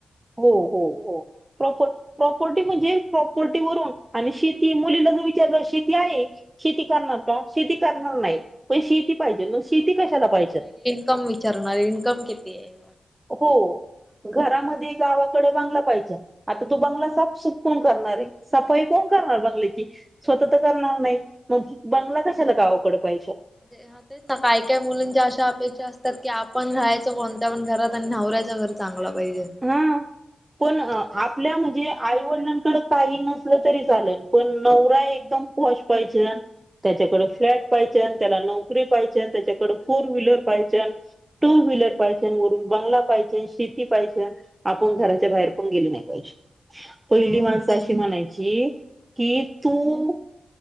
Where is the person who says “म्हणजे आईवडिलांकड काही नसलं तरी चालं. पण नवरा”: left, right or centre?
Right